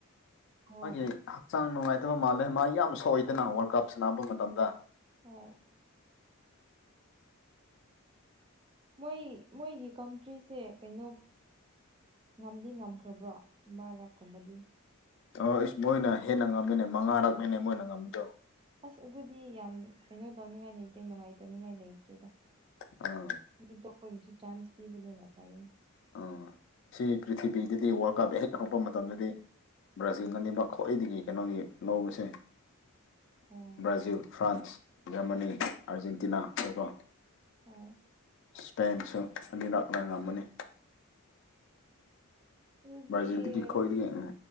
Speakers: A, on the right; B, on the left.
A: ꯍꯣꯏ
B: ꯃꯥꯒꯤ ꯍꯛꯆꯥꯡ ꯅꯨꯡꯉꯥꯏꯇꯕ ꯃꯥꯜꯂꯦ ꯃꯥ ꯌꯥꯝ ꯁꯣꯛꯏꯗꯅ ꯋꯥꯔꯜ ꯀꯞ ꯁꯥꯟꯅꯕ ꯃꯇꯝꯗ꯫
A: ꯍꯣꯏ ꯃꯣꯏ ꯃꯣꯏꯒꯤ ꯀꯟꯇ꯭ꯔꯤꯁꯦ ꯀꯩꯅꯣ ꯉꯝꯗꯤ ꯉꯝꯈ꯭ꯔꯕ꯭ꯔꯣ ꯃꯔꯔꯛ ꯀꯨꯝꯕꯗꯤ
B: ꯑ ꯏꯁꯁ ꯃꯣꯏꯅ ꯍꯦꯟꯅ ꯉꯝꯃꯤꯅꯦ ꯃꯉꯥꯔꯛꯅꯤꯅꯦ ꯃꯣꯏꯅ ꯉꯝꯕꯗꯣ
A: ꯑꯁ ꯑꯗꯨꯗꯤ ꯌꯥꯝ ꯀꯩꯅꯣ ꯇꯧꯅꯤꯡꯉꯥꯏ ꯂꯩꯇ꯭ꯔꯦ ꯅꯨꯡꯉꯥꯏꯇꯅꯤꯡꯉꯥꯏ ꯂꯩꯇ꯭ꯔꯦꯗ
B: ꯎꯝ
A: ꯃꯤ ꯇꯣ ꯑꯩꯈꯣꯏꯒꯤꯁꯨ ꯆꯥꯟꯁ ꯄꯤꯕꯗꯨꯅ ꯐꯔꯦꯅ
B: ꯎꯝ ꯁꯤ ꯄ꯭ꯔꯤꯊꯤꯕꯤꯗꯗꯤ ꯋꯥꯔꯜ ꯀꯞ ꯍꯦꯛ ꯊꯣꯛꯔꯛꯄ ꯃꯇꯝꯗꯗꯤ__ ꯕ꯭ꯔꯥꯖꯤꯜꯅꯅꯤꯕ ꯈ꯭ꯋꯥꯍꯏꯗꯒꯤ ꯀꯩꯅꯣꯒꯤ ꯅꯣꯡꯁꯦ
A: ꯑꯣ
B: ꯕ꯭ꯔꯥꯖꯤꯜ ꯐ꯭ꯔꯥꯟꯁ ꯖꯔꯃꯅꯤ ꯑꯥꯔꯖꯦꯟꯇꯤꯅꯥ ꯑꯗꯨꯒ
A: ꯍꯣꯏ
B: ꯏꯁꯄꯦꯟꯁꯨ ꯑꯅꯤ ꯂꯛꯅ ꯉꯝꯃꯅꯤ
A: ꯑꯗꯨꯗꯤ
B: ꯕ꯭ꯔꯥꯖꯤꯜꯗꯤ ꯈꯋꯥꯏꯗꯒꯤ ꯑꯥ__